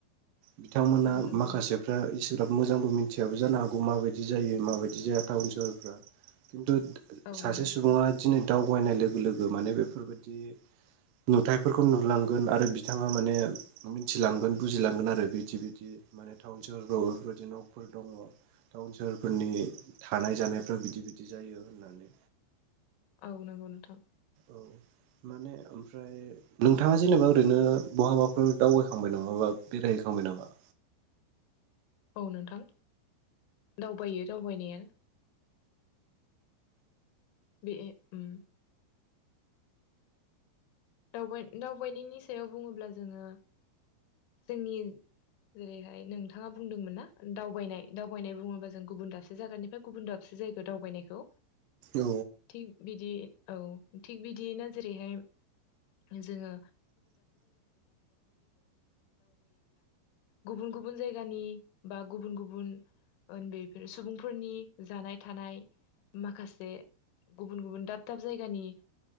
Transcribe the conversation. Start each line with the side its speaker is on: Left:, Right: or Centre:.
Right: बिथांमोना
Left: औ नंगौ
Right: माखासेफ्रा
Left: नोंथां
Right: इसोर बि मोजांबो मिथियाबो जानो हागौ माबायदि जायो माबायदि जाया टाउन सोहोरफ्रा खिन्थु
Left: औ
Right: सासे
Left: नंगौ
Right: सुबुङा
Left: नोंथां
Right: दिनै दाउ दावबायनाय लोगो लोगो माने बेफोरबायदि नुथफोरखौ नुलांगोन आरो बिदि बिथाङा माने मिथिलांगोन बुजिलांगोन आरो बिदि बिदि माने टाउन सोहरफ्राव बेफोरबायदि न'फोर दङ टाउन सोहोरफोरनि थानाय जानायफ्रा बिदि बिदि जायो होननानै
Left: औ नंगौ नोंथां
Right: औ माने ओमफ्राय नोंथाङा जेनेबा ओरैनो बहाबाफोर दावबायखांबाय नङाबा बेरायहैखांबाय बाय नामा
Left: औ नोंथां दावबायो दावबायनाया बे उम दावबाय दावबायनायनि सायाव बुङोब्ला जोङो जोंनि जेरैहाय नोंथाङा बुंदोंमोन ना दावबायनाय दावबायनाय बुङोबा जों गुबुन दाबसे जायगानिफ्राय गुबुन दाबसे जायखौ दावबायनायखौ
Right: औ
Left: थिग बिदि औ थिग बिदियैनो जेरैहाय जोङो गुबुन गुबुन जायगानि बा गुबुन गुबुन उन्दैफोरो सुबुंफोरनि जानाय थानाय माखासे गुबुन गुबुन दाब दाब जायगानि